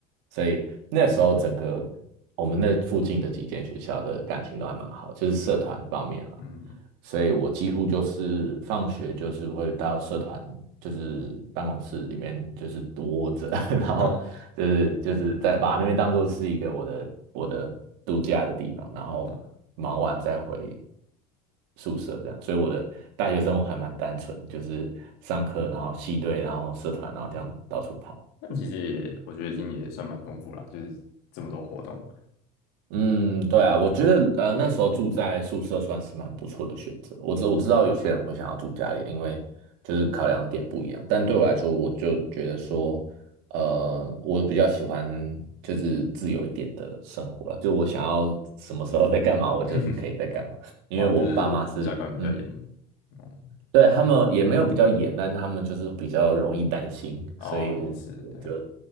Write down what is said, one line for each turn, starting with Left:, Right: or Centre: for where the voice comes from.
Right: 所以那时候整个我们那附近的几间学校的感情都还蛮好，就是社团方面了。
Left: 嗯，
Right: 所以我几乎就是放学就是会到社团，就是办公室里面就是窝着，<laughs> 然后就是就是在把那边当做是一个我的我的度假的地方，
Left: <laughs> 哈哈，
Right: 然后忙完再回。
Left: 对啊
Right: 宿舍这样，所以我的大学生活还蛮单纯，就是上课，然后系队，然后社团，然后这样到处跑。
Left: 那 <laughs> 其实也我觉得已经也算蛮丰富啦，就是这么多活动。
Right: 嗯，对啊，我觉得呃那时候住在宿舍算是蛮不错的选择。我知我知道有些人会想要住家里，因为就是考量点不一样。但对我来说，我就觉得说，呃，我比较喜欢就是自由一点的生活了，就我想要什么时候在干嘛，我就是可以在干嘛。
Left: <laughs>
Right: 因为我爸妈是嗯
Left: 哦，那是家管比较严。哦，
Right: 对，他们也没有比较严，但他们就是比较容易担心，
Left: 哦，
Right: 所以我我就
Left: 也是，对。啊。